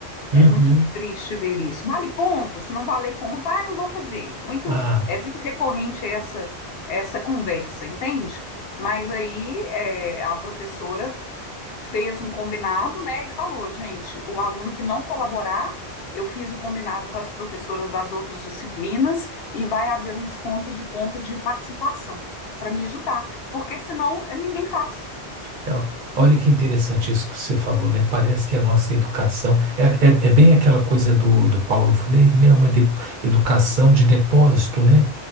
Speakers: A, on the right; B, on the left.
A: uhum.
B: É muito triste ver isso. Vale ponto? Se não valer ponto, ah, não vou fazer. Muito,
A: Ah,
B: é muito recorrente essa, essa conversa, entende? Mas aí é, a professora fez um combinado, né, e falou, gente, o aluno que não colaborar, eu fiz o combinado com as professoras das outras disciplinas e vai haver um desconto de ponto de participação para me ajudar, porque senão eh, ninguém faz.
A: É, ó. Olha que interessante isso que você falou, né? Parece que a nossa educação é, é, é bem aquela coisa do, do Paulo Freire, né? Uma de- educação de depósito, né?